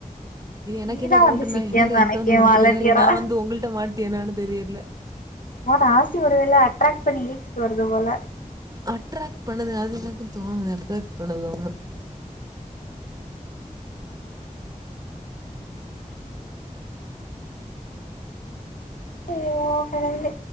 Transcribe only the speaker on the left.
நீதா
வந்து சிக்கியன்னு
நெனைக்கே
வாலண்டியரா
ஒ ராசி ஒரு வேள அட்ராக்ட் பண்ணி இழுத்துட்டு வருது போல
சோ கடவுளே